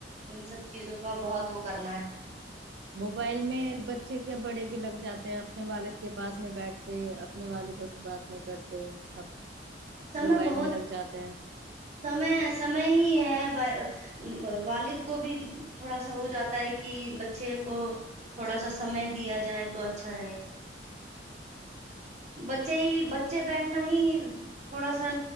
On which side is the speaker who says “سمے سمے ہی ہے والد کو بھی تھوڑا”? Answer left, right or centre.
Right